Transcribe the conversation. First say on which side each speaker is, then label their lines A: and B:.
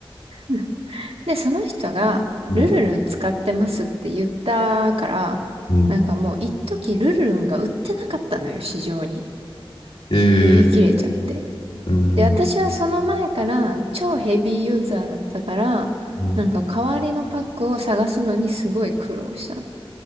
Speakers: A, on the right; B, on the left.
A: ん。で、その人が、
B: う
A: ルルルン使ってますって言ったから、
B: ん、
A: なんかもう一時ルルルンが売ってなかったのよ、市場に。
B: ええ
A: 売り切れちゃって。
B: うん、
A: で、私はその前から超ヘビーユーザーだったから、
B: うん。
A: なんか代わりのパックを探すのにすごい苦労したの。